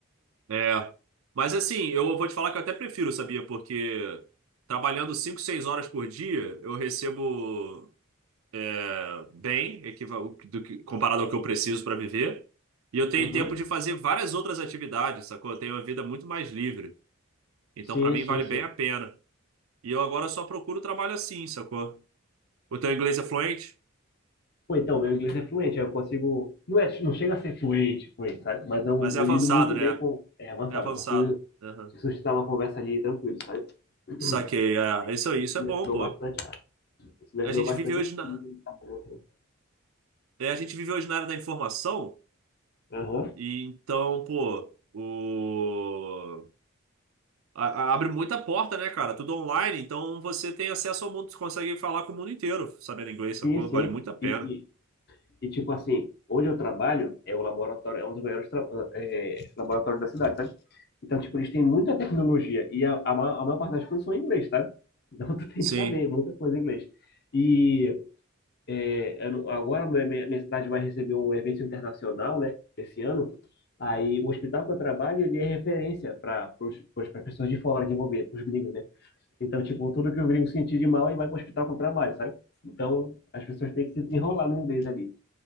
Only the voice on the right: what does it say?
É. Mas assim, eu vou te falar que eu até prefiro, sabia? Porque trabalhando 5, 6 horas por dia, eu recebo eh, bem, equival- do que- comparado ao que eu preciso para viver. E eu tenho
tempo de fazer várias outras atividades, sacou? Eu tenho uma vida muito mais livre. Então,
para mim,
vale
bem a pena. E eu agora só procuro trabalho assim, sacou? O teu inglês é fluente,
mas é
avançado,
né?
É avançado.
Aham.
Saquei. É. Isso, isso
é bom,
pô.
A
gente
vive hoje
na,
é, a gente vive hoje na era da informação.
E então, pô, o... a- a- abre muita porta, né, cara? Tudo online, então você tem acesso ao mundo, você consegue falar com o mundo inteiro sabendo inglês, sacou?
Vale muito a pena.
Sim,